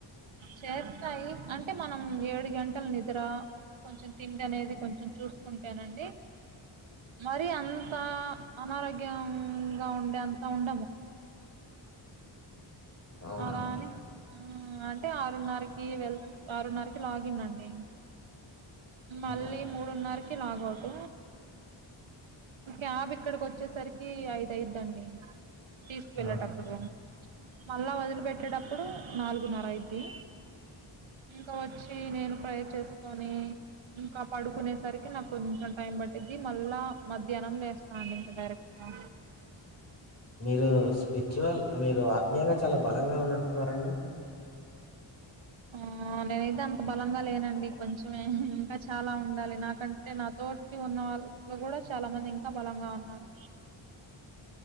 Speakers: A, on the right (about 70°); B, on the left (about 30°).
A: చేస్తాయి అంటే మనం ఏడు గంటలు నిద్రా కొంచెం తిండి అనేది కొంచెం చూసుకుంటేనండి మరి అంతా అనారోగ్యంగా ఉండే అంత ఉండము
B: అవునా
A: అలా
B: అండి
A: అని ఆ అంటే ఆరున్నరకి వెళ్ ఆరున్నరకి లాగిన్ అండి మళ్ళీ
B: అవునా
A: మూడున్నరకి లాగౌట్ క్యాబ్ ఇక్కడికి ఒచ్చేసరికీ ఐదు ఆయిద్దండి తీసుకెళ్ళేటప్పుడు
B: ఆ!
A: మళ్ళ వొదిలి పెట్టేటప్పుడు నాలుగున్నర అయిద్ది ఇంకా వచ్చి నేను ప్రై చేసుకొని ఇంకా పడుకునేసరికి నాకు కొంచెం టైం పట్టిద్ది మళ్ళా మధ్యాహ్నం లేేస్తాను ఇంకా డైరె క్ట్గా
B: మీరు స్పిర్చువాల్ మీరు ఆత్మీయంగా చాలా బలంగా ఉన్నట్టున్నారండి
A: అ ఆ నేనైతే అంత బలంగా లేనండి కొంచమే ఇంకా చాలా ఉండాలి నాకంటే నాతోటికి ఉన్నవా ళ్లు కూడా చాలా మంది ఇంకా బలంగా ఉన్నారు